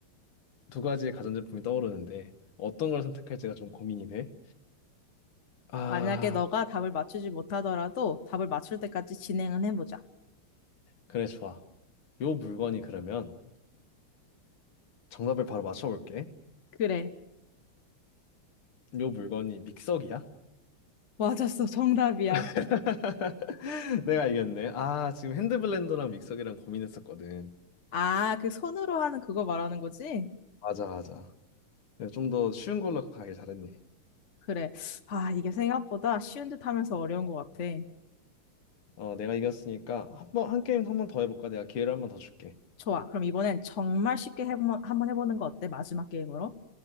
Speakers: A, on the left (about 75°); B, on the left (about 50°).
A: 두 가지의 가전제품이 떠오르는데, 어떤 걸 선택할지가 좀 고민이 돼. 아,
B: 만약에 너가 답을 맞추지 못하더라도 답을 맞출 때까지 진행은 해보자.
A: 그래, 좋아. 요 물건이 그러면 정답을 바로 맞춰볼게.
B: 그래.
A: 요 물건이 믹서기야?
B: 맞았어. <laughs> 정답이야.
A: <laughs> 내가 이겼네. 아, 지금 핸드블렌더랑 믹서기랑 고민했었거든.
B: 아, 그 손으로 하는 그거 말하는 거지?
A: 맞아, 맞아. 좀 더 쉬운 걸로 가길 잘했네.
B: 그래. 아, 이게 생각보다 쉬운 듯 하면서 어려운 것 같아.
A: 어, 내가 이겼으니까 한 번, 한 게임 한 번 더 해볼까? 내가 기회를 한 번 더 줄게.
B: 좋아. 그럼 이번엔 정말 쉽게 해보, 한번 해보는 거 어때? 마지막 게임으로.